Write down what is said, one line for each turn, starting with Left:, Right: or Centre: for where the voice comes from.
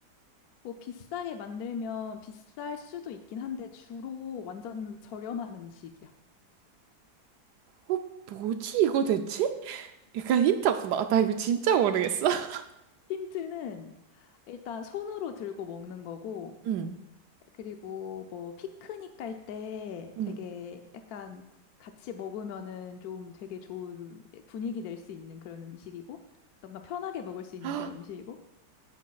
Left: 뭐 비싸게 만들면 비쌀 수도 있긴 한데 주로 완전 저렴한 음식이야.
Right: 어, 뭐지 이거 대체? <laughs> 약간 힌트 없어. 나, 나 이거 진짜 모르겠어. <laughs>
Left: 힌트는 일단 손으로 들고 먹는 거고,
Right: 응,
Left: 그리고 뭐 피크닉 갈 때
Right: 응.
Left: 되게 약간 같이 먹으면은 좀 되게 좋은 분위기 낼 수 있는 그런 음식이고 뭔가 편하게 먹을
Right: <gasps>
Left: 수 있는
Right: 아,
Left: 그런 음식이고